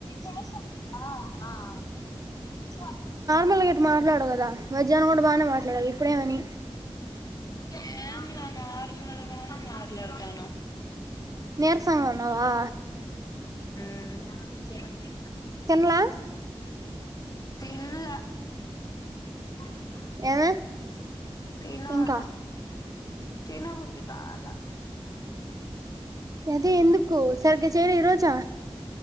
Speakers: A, on the left; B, on the right.
A: చేశాన్ కదా ఆ పిచ్చి పట్టిందా
B: ముల్ గిట్ మాట్లాడవుకదా. మధ్యాహ్నం కూడా బానే మాట్లాడాలి. ఇప్పుడే అని
A: ఏం లే ఆరుగురం మాట్లాడుతానం.
B: నీరసంగా ఉన్నావా
A: ఆ విచ్చేమచ్చే
B: తిన్లా
A: తినేల్ల అధికా
B: ఏమి
A: తినాలా
B: ఇంకా
A: తినబుద్దికాలే,
B: అది ఎందుకు సరిగ్గా చేయాలే ఈ రోజు.